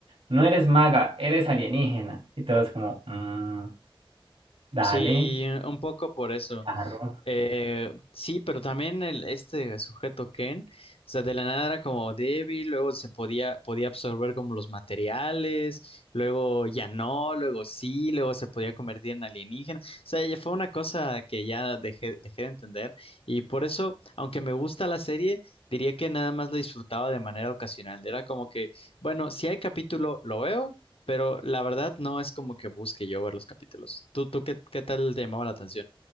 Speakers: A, on the right; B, on the left.
A: no eres maga, eres alienígena. Y todo es como, "Mm, dale,
B: Sí, un poco por eso.
A: charro.
B: Eh, sí, pero también el, este sujeto Ken, o sea, de la nada era como débil, luego se podía, podía absorber como los materiales, luego ya no, luego sí, luego se podía convertir en alienígena. O sea, ya fue una cosa que ya dejé, dejé de entender y por eso, aunque me gusta la serie, diría que nada más la disfrutaba de manera ocasional. Era como que, bueno, si hay capítulo, lo veo, pero la verdad no es como que busque yo ver los capítulos. ¿Tú, tú qué, qué tal te llamaba la atención?